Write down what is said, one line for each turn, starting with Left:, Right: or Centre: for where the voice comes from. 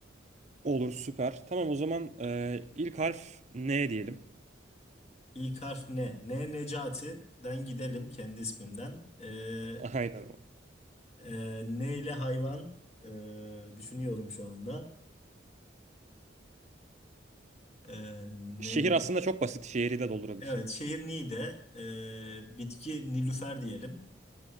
Right: olur süper. Tamam o zaman e, ilk harf N diyelim.
Left: İlk harf ne? Ne Necati'den gidelim kendi ismimden. Ee,
Right: <laughs> Aynen.
Left: ee, ne ile hayvan? Ee, düşünüyorum şu anda. Ee, ne?
Right: Şehir aslında çok basit. Şehri de doldurabilirsin.
Left: Evet şehir Niğde. Ee, bitki Nilüfer diyelim.